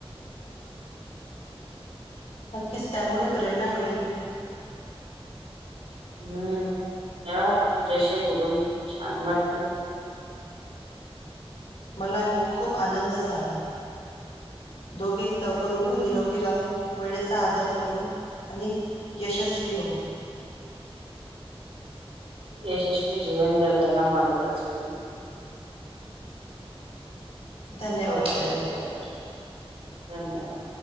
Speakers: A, on the left; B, on the right.
A: नक्कीच त्यामुळे प्रेरणा मिळेल ना.
B: हम्म, धन्यवाद. तुझ्याशी बोलून खूप छान वाटलं.
A: मला हे खूप आनंद झाला. दोघ मीही लवकर
B: हम्म
A: उठून निरोगी राहू. वेळेचा आदर करू आणि यशस्वी होऊ. <inaudible>
B: यशस्वी जीवन जगायला मदतच होईल.
A: धन्यवाद,
B: लवकर
A: ताई.
B: उठलो तर धन्यवाद.